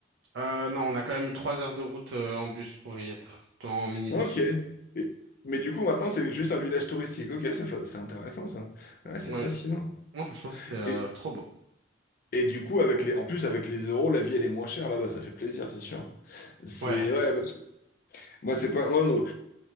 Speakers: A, on the right; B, on the left.
A: Euh, non, on a quand même eu trois heures de route euh, en bus pour y être. En minibus.
B: Ok. Et- Mais du coup, maintenant, c'est juste un village touristique. Ok, c'est fa- c'est intéressant, ça. Ouais, c'est
A: Ouais.
B: fascinant.
A: Moi, franchement, c'était euh,
B: Et,
A: trop beau.
B: et du coup, avec les, en plus, avec les euros, la vie, elle est moins chère là-bas. Ça fait plaisir, c'est sûr. C'est,
A: Ouais,
B: ouais, parce que moi, c'est pas... Moi, mon-